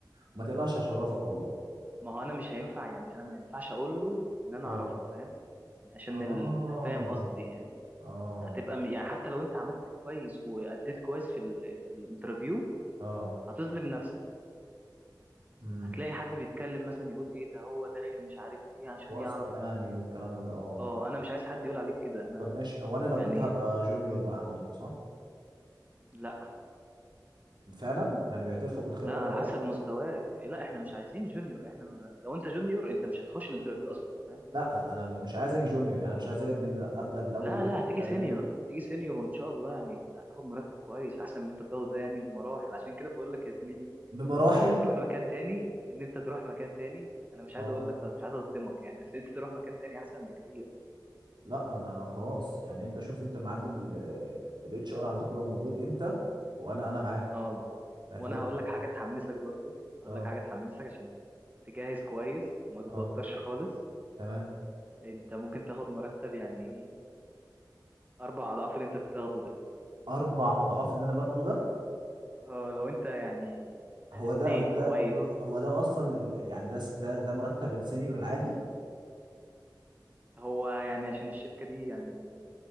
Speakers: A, on the right; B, on the right.
A: وما تقلقش هشرفك والله
B: ما هو انا مش هينفع يعني انا ما ينفعش اقول له ان انا
A: أه
B: اعرفك فاهم يعني عشان
A: آه
B: التفاهم قصدي يعني
A: آه
B: هتبقى م- يعني حتى لو انت عملت كويس واديت كويس في ال في الانترفيو
A: آه
B: هتظلم نفسك
A: امم
B: هتلاقي حد بيتكلم مثلا يقول ايه ده هو داخل مش عارف ايه عشان
A: واسطة
B: يعرف
A: يعني
B: ال...
A: والكلام ده أه
B: اه انا مش عايز حد يقول عليك كده انا
A: طب ماشي هو انا لو
B: يعني
A: جيت هبقى جونيور بقى عندكم صح
B: لا
A: فعلا يعني بيعترفوا بالخبره
B: لا على
A: بره
B: حسب مستواك لا احنا مش عايزين جونيور احنا م- لو انت جونيور انت مش هتخش الانترفيو اصلا فاهم
A: لا انا م- مش عايز اجي جونيور يعني انا مش عايز اجي ابدا من ابدا من الاول
B: لا
A: وجديد
B: لا هتيجي
A: فاهم
B: سينيور هتيجي سينيور وان شاء الله يعني هتاخد مرتب كويس احسن من انت بتاخده ده يعني بمراحل عشان كده بقول لك يا زميلي
A: بمراحل
B: ان انت تروح مكان تاني ان انت تروح مكان تاني انا مش
A: اه
B: عايز اقول لك مش عايز اصدمك يعني بس انت تروح مكان تاني احسن بكتير
A: لا انا خلاص يعني انت شوف انت ميعاد الاتش ار عندكم بقى موجود امتى وانا انا معاك
B: اه
A: اعتبرني
B: وانا هقول
A: أنا
B: لك
A: موجود.
B: حاجه تحمسك برضو هقول
A: اه
B: لك حاجه تحمسك عشان تجهز كويس وما تتوترش
A: اه
B: خالص
A: تمام
B: انت ممكن تاخد مرتب يعني اربع اضعاف اللي انت بتاخده ده
A: اربع اضعاف اللي انا باخده ده
B: اه لو انت يعني
A: هو
B: اديت
A: ده هو ده
B: كويس
A: هو ده هو ده اصلا ال... يعني ده س- ده ده مرتب السينيور العادي
B: هو يعني عشان الشركه دي يعني